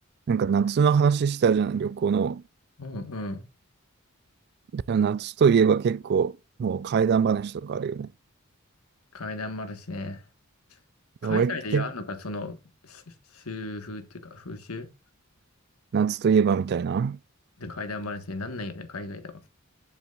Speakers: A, on the right; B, on the left.
A: なんか夏の話したじゃん、旅行の。
B: うんうん。
A: でも夏といえば結構、もう怪談話とかあるよね。
B: 階段もあるしね。海外でやるのか、
A: で俺、け
B: その、し習風っていうか、風習
A: 夏といえばみたいな。
B: で怪談話になんないよね、海外では。